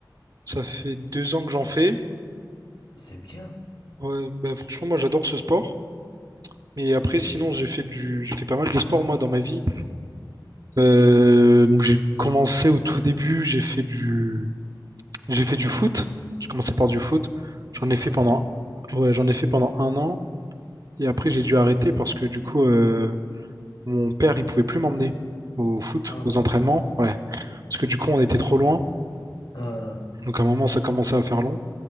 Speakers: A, on the right; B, on the left.
A: ça fait deux ans que j'en fais.
B: c'est bien.
A: Ouais, bah, franchement, moi, j'adore ce sport. Mais après, sinon, j'ai fait du, j'ai fait pas mal de sport, moi, dans ma vie. Euh, donc, j'ai commencé au tout début, j'ai fait du, j'ai fait du foot. J'ai commencé par du foot. J'en ai fait
B: Ah, c'est
A: pendant,
B: bien.
A: ouais, j'en ai fait pendant un an. Et après, j'ai dû arrêter parce que, du coup, euh, mon père, il pouvait plus m'emmener au foot,
B: Ah
A: aux
B: bon?
A: entraînements. Ouais. Parce que, du coup, on était trop loin.
B: Ah,
A: Donc, à un moment, ça commençait à faire long.